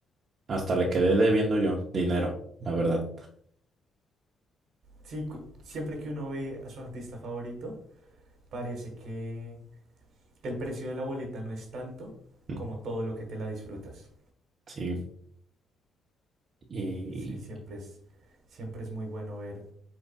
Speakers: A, on the right; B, on the right.
A: Hasta le quedé debiendo yo dinero, la verdad.
B: Sí, siempre que uno ve a su artista favorito, parece que, que el precio de la boleta no es tanto
A: <laughs>
B: como todo lo que te la disfrutas.
A: Sí. Y,
B: Sí, siempre es, siempre es muy bueno ver